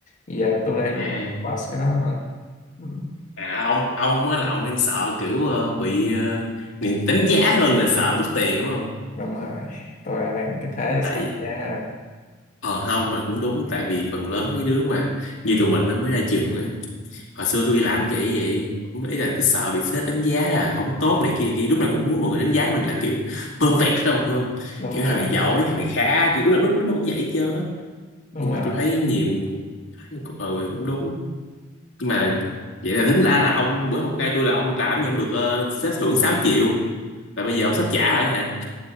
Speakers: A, on the left; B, on the left.
A: bây giờ tôi đang
B: À,
A: pass cái đó rồi ừ.
B: à ông ông á là ông đang sợ kiểu ờ, bị ờ, người đánh giá hơn là sợ mất tiền đúng không?
A: đúng rồi tôi là đang ở cái thế là
B: Tại
A: sợ
B: vì
A: yeah.
B: Ờ không mà cũng đúng tại vì phần lớn mấy đứa mà như tụi mình nó mới ra trường á hồi xưa tôi đi làm cũng vậy vậy cũng ý là cứ sợ bị sếp đánh giá là không tốt này kia này kia lúc nào cũng muốn mọi người đánh giá mình là kiểu perfect đâu hiểu không
A: đúng
B: kiểu
A: rồi
B: thằng này giỏi thằng này khá kiểu lúc nào lúc, lúc nào cũng vậy hết trơn á
A: đúng
B: nhưng
A: rồi
B: mà tôi thấy nhiều ừ cũng đúng nhưng mà vậy là tính ra là ông hôm bữa ông khai tôi là ông làm gì ông được ờ, sếp thưởng sáu triệu là bây giờ ông sắp trả rồi hả